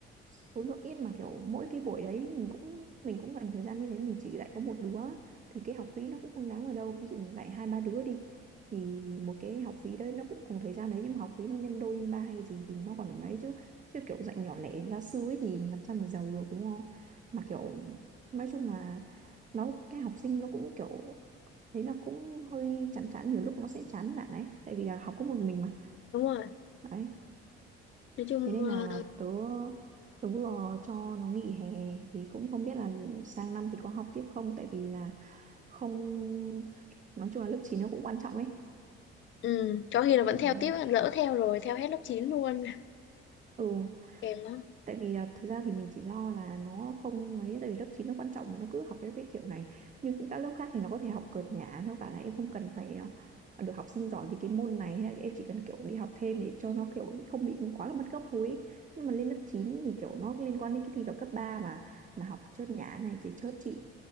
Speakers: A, on the right; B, on the left.
A: số lượng ít mà kiểu mỗi cái buổi đấy mình cũng mình cũng dành thời gian như thế mình chỉ dạy có một đứa thì cái học phí nó cũng không đáng ở đâu ví dụ mình dạy hai ba đứa đi thì một cái học phí đấy nó cũng cùng thời gian đấy nhưng mà học phí nó nhân đôi nhân ba hay gì thì nó còn ấy chứ chứ kiểu dạy nhỏ lẻ gia sư ấy thì làm sao mà giàu được đúng không mà kiểu nói chung là nó cái học sinh nó cũng kiểu thấy nó cũng hơi chán chán nhiều lúc nó sẽ chán nản ấy tại vì là học có một mình mà
B: đúng rồi
A: đấy
B: nói chung
A: thế nên là
B: ờ,
A: tớ tớ vừa cho nó nghỉ hè thì cũng không biết là sang năm thì có học tiếp không tại vì là không nói chung là lớp 9 nó cũng quan trọng ấy
B: ừ, có khi là
A: ừ
B: vẫn theo tiếp lỡ theo rồi theo hết lớp 9 luôn <laughs>
A: Ừ,
B: kèm lắm
A: tại vì là thực ra thì mình chỉ lo là nó không mấy tại vì lớp 9 nó quan trọng mà nó cứ học cái, cái kiểu này như những các lớp khác thì nó có thể học cợt nhả nó bảo là em không cần phải ờ, ờ, được học sinh giỏi vì cái môn này hay là em chỉ cần kiểu đi học thêm để cho nó kiểu bị không bị quá là mất gốc thôi ý. nhưng mà lên lớp 9 thì kiểu nó liên quan đến cái thi vào cấp 3 mà mà học chớt nhả này thì chớt chị